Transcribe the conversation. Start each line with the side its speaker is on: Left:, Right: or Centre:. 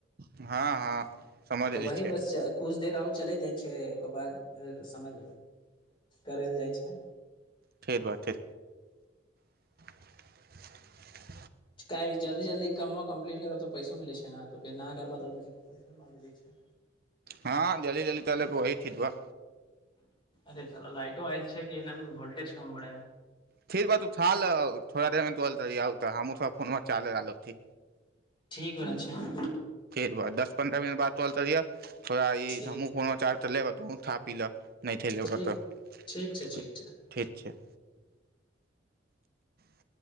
Right: हँ हँ समझ गेली
Left: तऽ वही
Right: छै
Left: बस कुछ देर आउ चलै जाइ छै ओकर बाद समझ करल जाइ छै
Right: फठेर बात ठर <inaudible>
Left: किल जल्दि जल्दि कमो कम्प्लीट करबऽ तऽ पैसो मिलैत छै ने तऽ फेर नहि करबऽ तऽ पैसो नहि मिलै छै
Right: हँ जल्दि जल्दि त लेब वहीं ठीक बा
Left: अरे चल' लाइटो आइल छै कि एना वोलटेज कम बारै
Right: ठीक बा तू थोड़ा देरमे तोऽ हमहूँ फोन चार्ज ला लक
Left: ठीक भेलला छै
Right: फेर बाद दस पन्द्रह मिनट बाद ताल तरिह थोड़ा ई
Left: ठीक
Right: हमूँ कोनाचार त लेब तुहुं था पी लऽ नहि छैे लै ओकर
Left: ठीक ठीक छै
Right: ठीक
Left: छै
Right: छै <inaudible>